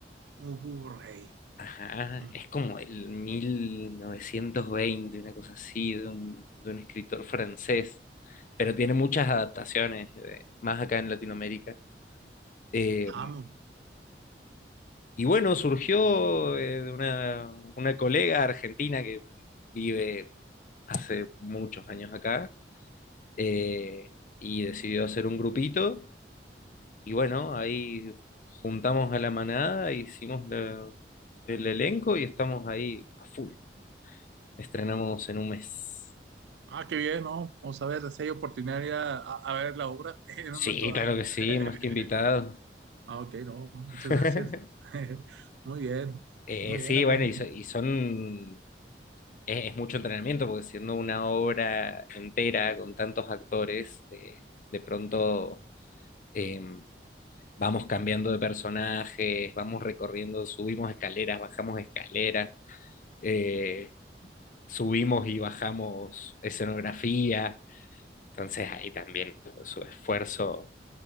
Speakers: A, on the right; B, on the left.
A: Un Blu-ray.
B: Ajá,
A: Mm.
B: es como el 1920, una cosa así, de un, de un escritor francés, pero tiene muchas adaptaciones, eh, más acá en Latinoamérica. Eh,
A: Ah, mu-
B: y bueno, surgió eh, de una, una colega argentina que vive hace muchos años acá eh, y decidió hacer un grupito Y bueno, ahí juntamos a la manada, hicimos la- el elenco y estamos ahí a full. Estrenamos en un mes.
A: ah, qué bien, ¿no? Vamos a ver si hay oportunidad de ir a, a- a ver la obra <laughs> en
B: Sí,
A: un momento dado.
B: claro que sí,
A: <laughs>
B: más que invitado.
A: Ah, ok, no, no,
B: <laughs>
A: muchas gracias. <laughs> Muy bien,
B: Eh,
A: muy
B: sí,
A: bien, Adrián.
B: bueno, y, so- y son... Es, es mucho entrenamiento porque siendo una obra entera con tantos actores, eh, de pronto eh, vamos cambiando de personajes, vamos recorriendo, subimos escaleras, bajamos escaleras. eh, subimos y bajamos escenografía, entonces ahí también su esfuerzo